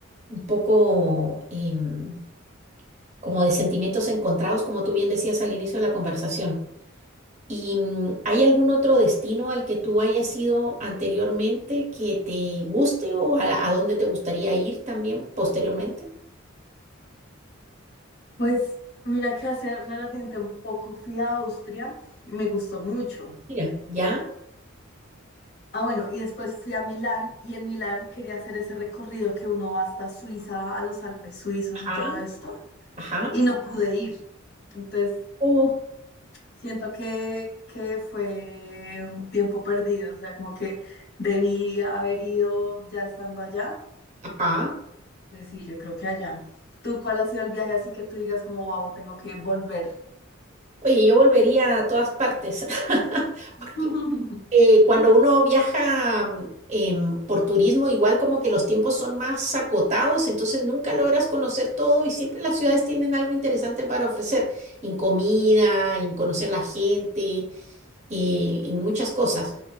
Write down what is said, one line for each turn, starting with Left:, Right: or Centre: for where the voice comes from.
Right: un poco em, como de sentimientos encontrados, como tú bien decías al inicio de la conversación. ¿Y mm, hay algún otro destino al que tú hayas ido anteriormente que te guste o a, a dónde te gustaría ir también posteriormente?
Left: Pues mira que hace relativamente un poco fui a Austria, me gustó mucho.
Right: Mira, ya,
Left: Ah, bueno, y después fui a Milán y en Milán quería hacer ese recorrido que uno va hasta Suiza, a los Alpes suizos
Right: ajá,
Left: y todo esto,
Right: ajá,
Left: y no pude ir. Entonces
Right: oh,
Left: siento que, que fue un tiempo perdido, o sea, como que debí haber ido ya estando allá.
Right: ajá.
Left: Pues sí, yo creo que allá. ¿Tú cuál ha sido el viaje así que tú digas como, wow, tengo que volver?
Right: Oye, yo volvería a todas partes, <laughs>
Left: <laughs>
Right: porque eh, cuando uno viaja mm, em, por turismo, igual como que los tiempos son más acotados, entonces nunca logras conocer todo y siempre las ciudades tienen algo interesante para ofrecer, en comida, en conocer la gente, eh, en muchas cosas.